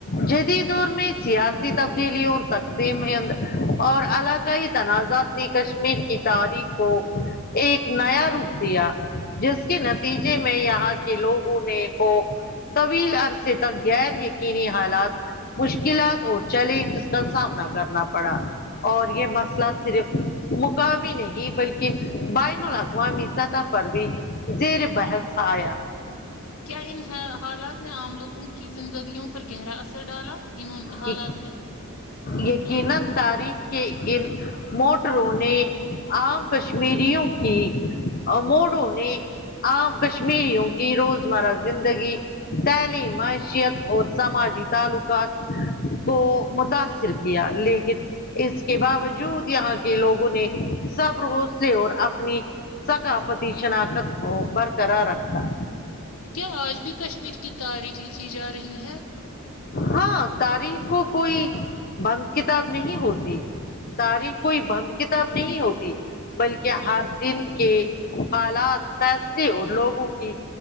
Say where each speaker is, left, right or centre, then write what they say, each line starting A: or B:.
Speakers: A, on the left; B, on the left.
A: جدید دور میں سیاسی تبدیلیوں تقسیم ہند اور علاقائی تنازعات نے کشمیر کی تاریخ کو ایک نیا روپ دیا جس کے نتیجے میں یہاں کے لوگوں نے کو طویل عرصے تک غیر یقینی حالات مشکلات اور چیلنجز کا سامنا کرنا پڑا اور یہ مسئلہ صرف مقامی نہیں بلکہ بین الاقوامی سطح پر بھی زیر بحث آیا
B: کیا ان حالات میں عام لوگوں کی زندگیوں پر گہرا اثر ڈالا ان حالات
A: ایک
B: نے
A: یقینن تاریخ کے ان موٹروں نے عام کشمیریوں کی موڈوں نے عام کشمیریوں کی روزمرہ زندگی تعلیم معیشت اور سماجی تعلقات کو متاثر کیا لیکن اس کے باوجود یہاں کے لوگوں نے سب روس سے اور اپنی ثقافتی شناخت کو برقرار رکھا
B: کیا آج بھی کشمیر کی تاریخ لکھی جا رہی ہے
A: ہاں تاریخ کو کوئی بند کتاب نہیں ہوتی تاریخ کوئی بند کتاب نہیں ہوتی بلکہ ہر دن کے حالات فیصلے اور لوگوں کی